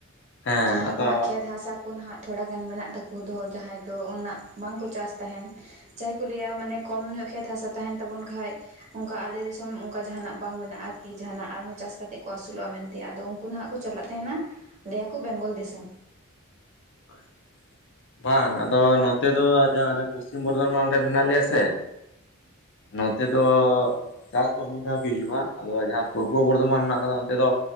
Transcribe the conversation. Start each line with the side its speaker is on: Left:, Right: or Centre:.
Left: ᱦᱮᱸ
Right: ᱡᱟᱦᱟᱸᱭ
Left: ᱟᱫᱚ
Right: ᱠᱚ ᱦᱟᱸᱜ ᱠᱷᱮᱛ ᱦᱟᱥᱟ ᱠᱚ ᱱᱟᱜ ᱛᱷᱚᱲᱟ ᱜᱟᱱ ᱢᱮᱱᱟᱜ ᱛᱟᱠᱚ ᱩᱱᱠᱩ ᱫᱚ ᱡᱟᱦᱟᱸᱭ ᱫᱚ ᱩᱱᱟᱹᱜ ᱵᱟᱝᱠᱚ ᱪᱟᱥ ᱛᱟᱸᱦᱮᱱ᱾ ᱡᱟᱦᱟᱸᱭ ᱠᱚ ᱞᱟᱹᱭᱟ ᱢᱟᱱᱮ ᱠᱚᱢ ᱧᱚᱜ ᱠᱷᱮᱛ ᱦᱟᱥᱟ ᱛᱟᱸᱦᱮᱱ ᱛᱟᱵᱚᱱ ᱠᱷᱟᱡ᱾ ᱚᱝᱠᱟ ᱟᱞᱮ ᱫᱤᱥᱚᱢ ᱚᱝᱠᱟ ᱡᱟᱦᱟᱱᱟᱜ ᱵᱟᱝ ᱢᱮᱱᱟᱜᱼᱟ ᱠᱤ ᱡᱟᱦᱟᱱᱟᱜ ᱟᱨᱦᱚᱸ ᱪᱟᱥ ᱠᱟᱛᱮᱜ ᱠᱚ ᱟᱹᱥᱩᱞᱚᱜ-ᱟ ᱢᱮᱱᱛᱮ᱾ ᱟᱫᱚ ᱩᱱᱠᱩ ᱱᱟᱜ ᱠᱚ ᱪᱟᱞᱟᱜ ᱛᱟᱸᱦᱮᱱᱟ, ᱞᱟᱹᱭᱟᱠᱚ ᱵᱮᱝᱜᱚᱞ ᱫᱤᱥᱚᱢ᱾
Left: ᱦᱳᱭ᱾ ᱵᱟᱝ ᱟᱫᱚ ᱱᱚᱛᱮ ᱫᱚ ᱡᱟᱦᱟᱸ ᱟᱞᱮ ᱯᱚᱥᱪᱤᱢ ᱵᱚᱨᱫᱷᱚᱢᱟᱱ ᱨᱮ ᱢᱮᱱᱟᱜ ᱞᱮᱭᱟ ᱥᱮ ᱱᱚᱛᱮ ᱫᱚ ᱪᱟᱥ ᱫᱚ ᱢᱤᱫ ᱫᱷᱟᱣ ᱜᱮ ᱦᱩᱭᱩᱜᱭ-ᱟ ᱟᱫᱚ ᱡᱟᱦᱟᱸ ᱯᱩᱨᱵᱚ ᱵᱚᱨᱫᱷᱚᱢᱟᱱ ᱢᱮᱱᱟᱜ ᱠᱟᱫᱟ ᱚᱱᱛᱮ ᱫᱚ